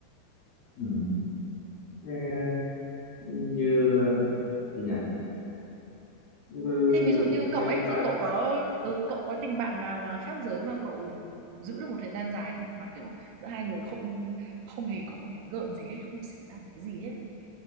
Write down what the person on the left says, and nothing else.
ừ. Thế, ừ, như gì nhỉ Ừ,
mình
mà